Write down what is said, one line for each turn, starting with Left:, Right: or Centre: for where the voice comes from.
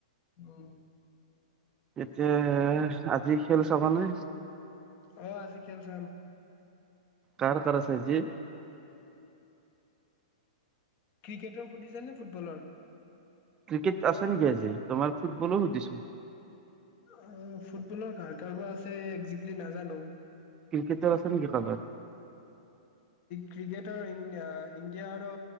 Left: উম!
Right: এতিয়া আজি খেল চাবা নে?
Left: অ'হ আজি খেল চাম।
Right: কাৰ কাৰ আছে আজি?
Left: ক্ৰিকেটৰ সুধিছোনে ফুটবলৰ?
Right: ক্ৰিকেট আছে নেকি আজি? তোমাৰ ফুটবলো সুধিছো।
Left: অ' ফুটবলৰ কাৰ কাৰ বা আছে একজেক্টলি নাজানোঁ।
Right: ক্ৰিকেটৰ আছে নেকি কাবাৰ?
Left: ক্ৰিকেটৰ ইণ্ডিয়া আৰু